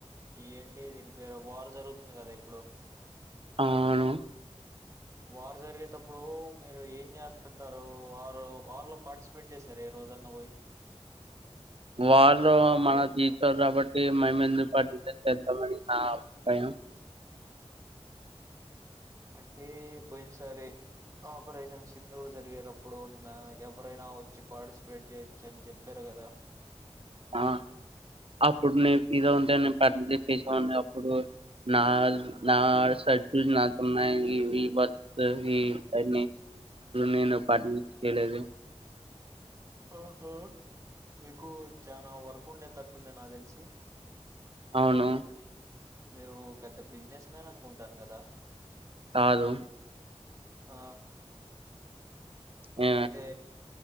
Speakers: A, on the right; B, on the right.
A: ఈ ఏంటి దీని పేరు వారు జరుగుతుంది కదా ఇప్పుడు
B: అవును
A: వారు జరిగేటప్పుడు మీరు ఏం చేస్తుంటారు వారు వారిలో పార్టిసిపేట్ చేశారు ఏ రోజన్న పోయి
B: వాళ్ళ మన తీస్తారు కాబట్టి మేము ఎందు పార్టీ చేేద్దామని నా అభిప్రాయం.
A: అంటే పోయినసారి ఆపరేషన్ సింధూర్ జరిగేటప్పుడు, నిన్న ఎవరైనా వచ్చి పార్టిసిపేట్ చేయొచ్చు అని చెప్పారు కదా.
B: ఆ అప్పుడు నేను ఇదో ఉంటేేను పార్టిసిపేట్ చేసేవాణ్ణి అప్పుడు నా నా స చ నాకున్నాయి ఈ ఈ బ ఈ అ నేను పార్టసిపెట్ చేయలేదు.
A: ఒహో మీకు చాలా వర్క్ ఉండే తట్టుంది నాకు తెలిసి
B: అవును
A: మీరు పెద్ద బిజినెస్ మ్యాన్ అనుకుంటాను కదా.
B: కాదు
A: ఆ
B: ఏ,
A: అయితే